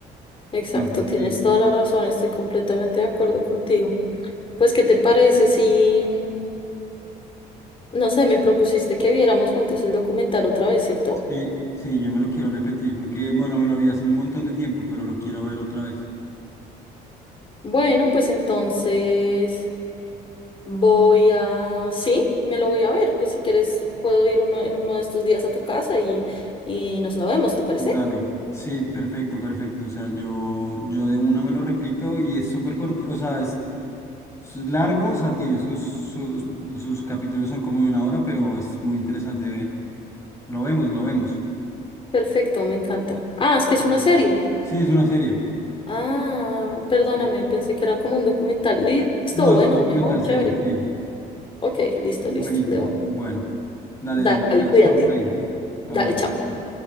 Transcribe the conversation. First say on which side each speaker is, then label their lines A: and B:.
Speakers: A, on the left; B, on the left.
A: exacto,
B: Entonces,
A: tienes
B: sí,
A: toda la razón, estoy completamente de acuerdo contigo. Pues, ¿qué te parece si, no sé, me propusiste que viéramos juntos el documental otra vez, ¿cierto?
B: sí, sí, yo me lo quiero repetir porque, bueno, me lo vi hace un montón de tiempo, pero lo quiero ver otra vez.
A: Bueno, pues entonces voy a, sí, me lo voy a ver. Pues si quieres, puedo ir uno, en uno de estos días a tu casa y, y nos lo vemos, ¿te parece?
B: Dale. Sí, perfecto, perfecto. O sea, yo, yo de una me lo repito y es súper corto, o sea, es, es largo, o sea, tiene sus, sus, sus capítulos son como de una hora, pero es muy interesante ver. Lo vemos, lo vemos.
A: Perfecto, me encanta. Ah, es que es
B: De
A: una
B: una.
A: serie.
B: Sí, es una serie.
A: Ah, perdóname,
B: Sí.
A: pensé que era como un documental. Listo,
B: No,
A: bueno,
B: es documental
A: mejor,
B: serie,
A: chévere.
B: sí.
A: Ok, listo,
B: Buenísimo.
A: listo, de una.
B: Bueno, dale,
A: Dale,
B: dale. Entonces
A: cuídate.
B: estamos ahí hablando.
A: Dale, chao.
B: Chao.